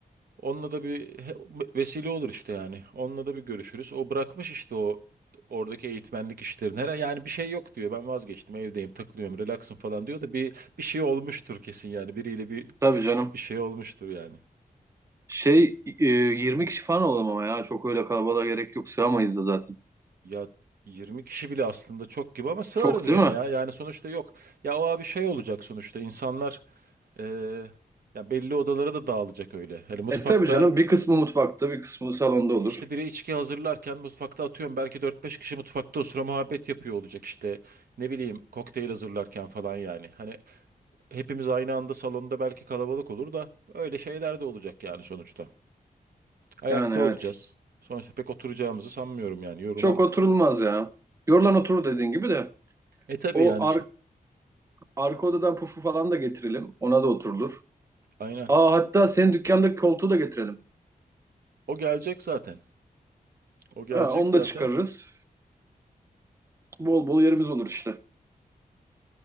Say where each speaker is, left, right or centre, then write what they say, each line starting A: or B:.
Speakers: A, on the right; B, on the right.
A: Onunla da bir he- vesile olur işte yani. Onunla da bir görüşürüz. O bırakmış işte o oradaki eğitmenlik işlerini. Her yani bir şey yok diyor. Ben vazgeçtim, evdeyim, takılıyorum, relaxım falan diyor da bir bir şey olmuştur kesin yani. Biriyle bir
B: Tabii canım.
A: bir şey olmuştur yani.
B: Şey e, 20 kişi falan olalım ama ya. Çok öyle kalabalığa gerek yok. Sığamayız da zaten.
A: Ya 20 kişi bile aslında çok gibi ama sığarız
B: Çok değil
A: gene
B: mi?
A: ya. Yani sonuçta yok. Ya o abi şey olacak sonuçta. İnsanlar e, ya belli odalara da dağılacak öyle. Hani mutfakta
B: E tabii canım. Bir kısmı mutfakta, bir kısmı salonda olur.
A: İşte biri içki hazırlarken mutfakta atıyorum belki dört beş kişi mutfakta osura muhabbet yapıyor olacak işte ne bileyim kokteyl hazırlarken falan yani. Hani hepimiz aynı anda salonda belki kalabalık olur da öyle şeyler de olacak yani sonuçta. Ayakta
B: Yani evet.
A: olacağız. Sonuçta pek oturacağımızı sanmıyorum yani yorulan.
B: Çok oturulmaz ya. Yorulan oturur dediğin gibi de.
A: E tabii
B: O
A: yani
B: ar
A: s-
B: arka odadan pufu falan da getirelim. Ona da oturulur.
A: aynen
B: Aa hatta senin dükkandaki koltuğu da getirelim.
A: o gelecek zaten o gelecek
B: Ha, onu
A: zaten.
B: da çıkarırız. Bol bol yerimiz olur işte.